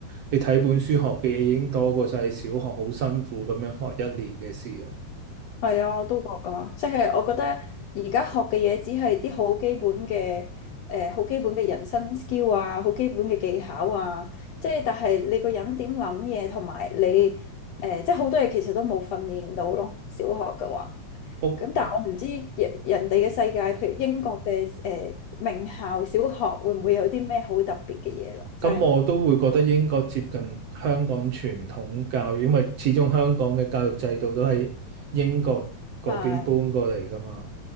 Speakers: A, on the right; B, on the left.
A: 你睇本書學嘅嘢已經多過晒小學好辛苦咁樣學一年嘅事咯。
B: 係啊，我都覺噶，即係我覺得而家學嘅嘢只係啲好基本嘅，誒好基本嘅人生 skill 啊，好基本嘅技巧啊，即係但係你個人點諗嘢同埋你誒，即係好多嘢其實都冇訓練到咯，小學嘅話。
A: 我
B: 咁但係我唔知人人哋嘅世界，譬如英國嘅誒名校小學會唔會有啲咩好特別嘅嘢啦？真係唔
A: 咁我都會覺得英國接近香港傳統教育，因為始終香港嘅教育制度都係英國嗰邊搬過嚟噶嘛。
B: 係。